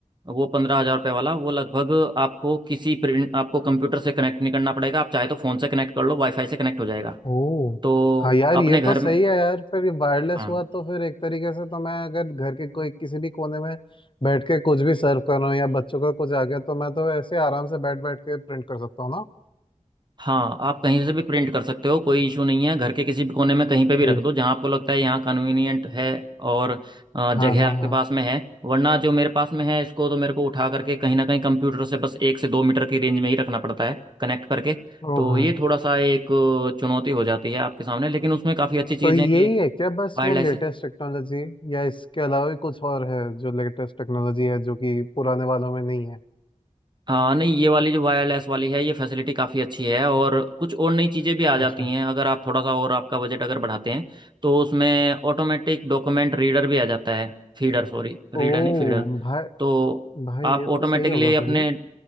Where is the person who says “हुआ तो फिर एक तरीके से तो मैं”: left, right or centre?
Left